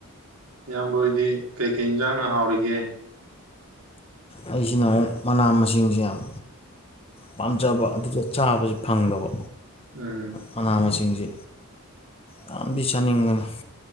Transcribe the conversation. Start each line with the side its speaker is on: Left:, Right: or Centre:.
Right: ꯏꯌꯥꯝꯕꯗꯤ ꯀꯩꯀꯩ ꯏꯟꯖꯥꯡꯅ ꯍꯥꯎꯔꯤꯒꯦ
Left: ꯑꯩꯁꯤꯅ ꯑꯃꯨꯛ ꯃꯅꯥ ꯃꯁꯤꯡꯁꯤ ꯌꯥꯝ ꯄꯥꯝꯖꯕ ꯑꯗꯨꯒ ꯆꯥꯕꯁꯤ ꯐꯪꯗꯕ
Right: ꯎꯝ
Left: ꯃꯅꯥ ꯃꯁꯤꯡꯁ ꯌꯥꯝꯗꯤ ꯆꯥꯅꯤꯡꯕꯅꯤ